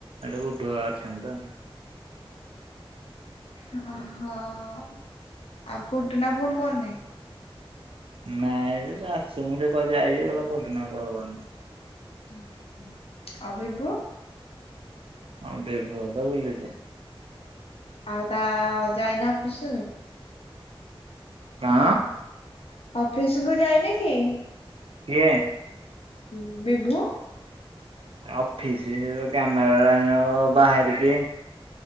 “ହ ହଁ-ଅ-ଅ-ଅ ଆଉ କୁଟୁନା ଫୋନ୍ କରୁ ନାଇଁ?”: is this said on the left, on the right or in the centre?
Left